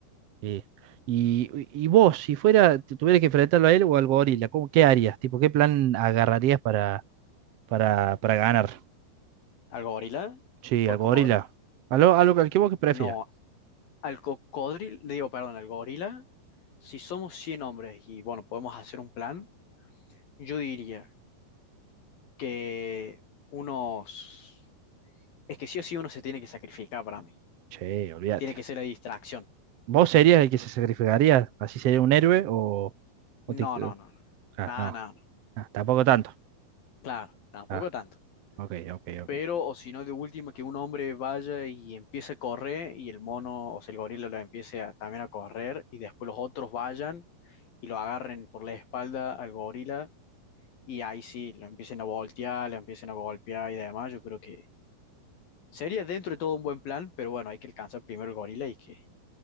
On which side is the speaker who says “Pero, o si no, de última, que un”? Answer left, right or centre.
Left